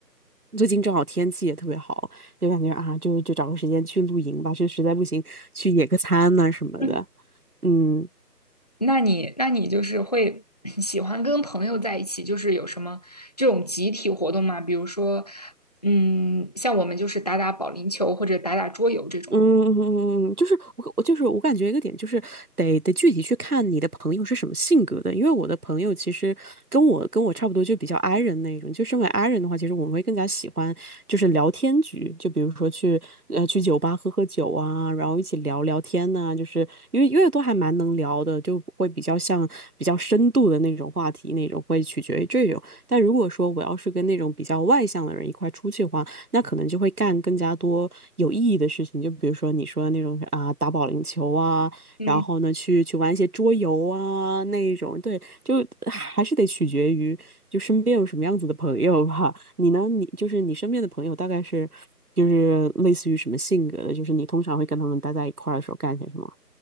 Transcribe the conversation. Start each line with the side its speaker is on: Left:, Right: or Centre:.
Right: 最近正好天气也特别好，就感觉啊，就就找个时间去露营吧，就实在不行去野个餐呐、什么的。
Left: <laughs>
Right: 嗯。
Left: 那你那你就是会 <clears throat> 喜欢跟朋友在一起，就是有什么这种集体活动吗？比如说，嗯，像我们就是打打保龄球或者打打桌游这种。
Right: 嗯嗯嗯嗯就是我，我就是我感觉一个点就是得得具体去看你的朋友是什么性格的，因为我的朋友其实跟我跟我差不多，就比较 i 人那种。就身为 i 人的话，其实我们会更加喜欢就是聊天局，就比如说去呃去酒吧喝喝酒啊，然后一起聊聊天呐、就是因为因为都还蛮能聊的，就会比较像比较深度的那种话题那种，会取决于这种。但如果说我要是跟那种比较外向的人一块出去的话，那可能就会干更加多有意义的事情，就比如说你说的那种啊，打保龄球啊，
Left: 嗯，
Right: 然后呢，去去玩一些桌游啊那一种，对，就还是得取决于就身边有什么样子的朋友吧。你呢，你就是你身边的朋友大概是就是类似于什么性格的，就是你通常会跟他们待在一块儿的时候干些什么？